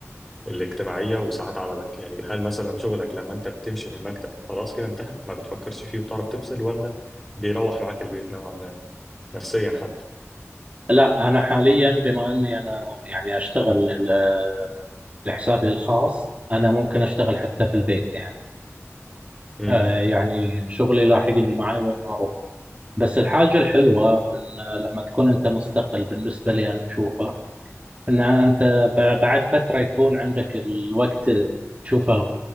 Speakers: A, in the centre; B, on the right.
A: الاجتماعية وساعات عملك يعني هل مثلا شغلك لما أنت بتمشي من المكتب خلاص كده انتهى ما بتفكرش فيه وبتعرف تفصل ولا بيروح معاك البيت نوعا ما نفسيا حتى
B: لا أنا حاليا بما أني أنا يعني أشتغل ل- لحسابي الخاص أنا ممكن أشتغل حتى في البيت يعني
A: امم
B: آه يعني شغلي لاحقني معي وين ما أروح بس الحاجة الحلوة في إن لما تكون أنت مستقل بالنسبة لي أنا أشوفها إن أنت ب- بعد فترة يكون عندك الوقت تشوفه